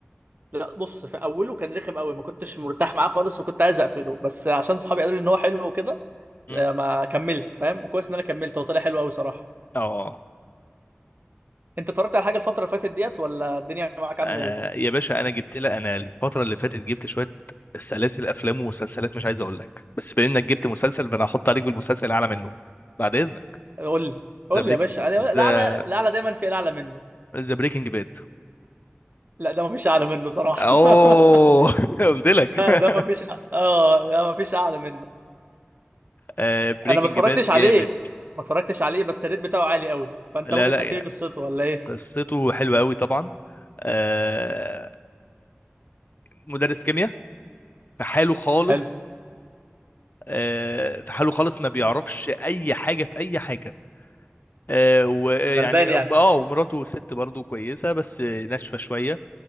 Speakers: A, on the right; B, on the left.
A: لا بص في اوله كان رخم قوي ما كنتش مرتاح معاه خالص وكنت عايز اقفله بس عشان صحابي قالوا لي ان هو حلو وكده
B: مم.
A: آه، ما كملت فاهم وكويس ان انا كملت هو طلع حلو قوي صراحه
B: اه
A: انت اتفرجت على حاجه الفتره اللي فاتت ديت ولا الدنيا معاك
B: آه
A: عامله ايه
B: يا باشا انا جبت لها انا الفتره اللي فاتت جبت شويه سلاسل افلام ومسلسلات مش عايز اقول لك بس بما انك جبت مسلسل فانا هحط عليك بالمسلسل اعلى منه بعد اذنك
A: قول لي قول
B: ذا بريك
A: لي يا باشا أنا-
B: ذا
A: الاعلى الاعلى دايما في الاعلى منه
B: ذا بريكنج باد
A: لا ده ما فيش اعلى منه صراحه
B: اوه
A: <laughs>
B: <laughs> قلت لك
A: ده
B: <laughs>
A: ده ما فيش اه ده ما فيش اعلى منه
B: آه بريكنج
A: انا ما اتفرجتش
B: باد
A: عليه
B: جامد
A: ما اتفرجتش عليه بس الريت بتاعه عالي قوي فانت
B: لا
A: ممكن
B: لا
A: تحكي
B: يا
A: لي قصته ولا ايه
B: قصته حلوه قوي طبعا آه مدرس كيمياء في حاله خالص
A: حلو
B: آه في حاله خالص ما بيعرفش اي حاجه في اي حاجه آه، ويعني
A: غلبان يعني
B: اه ومراته ست برضه كويسه بس ناشفه شويه